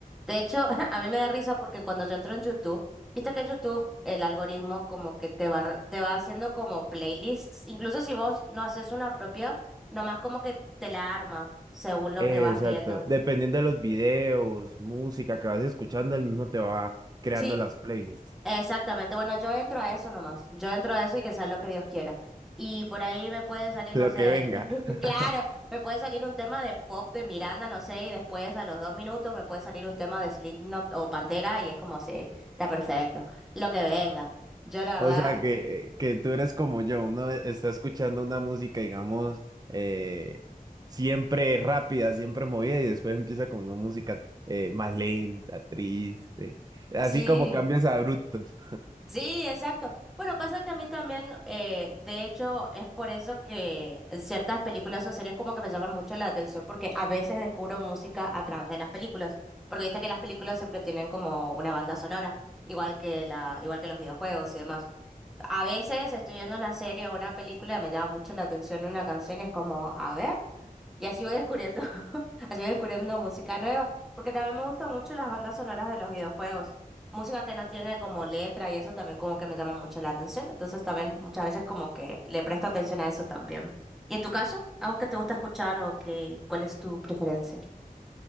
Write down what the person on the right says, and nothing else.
Exacto.
Dependiendo de los videos, música que vas escuchando, el mismo te va creando
las playlists.
<laughs>
Lo
que venga.
<laughs>
O sea, que, eh, que tú eres como yo, uno está escuchando una música, digamos, eh, siempre rápida, siempre movida, y después empieza con una música eh, más lenta, triste, así
como cambias abruptos.